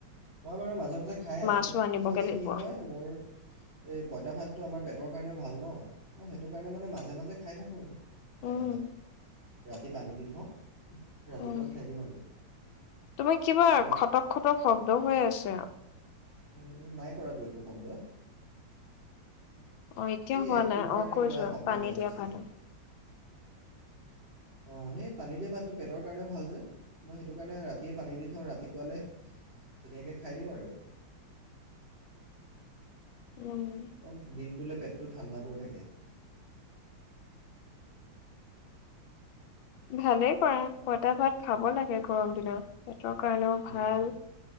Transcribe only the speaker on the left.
মাছো
আনিবগে
লাগিব
উম,
উম।
তোমাৰ কিবা
খটক, খটক শব্দ হৈ আছে।
অ', এতিয়া
হোৱা
নাই।
অ' কৈ
যোৱা
পানী
দিয়া
ভাত
উম।
ভালেই কৰা পঁইতাভাত খাব লাগে গৰম দিনত। তৰ কাৰণেও
ভাল।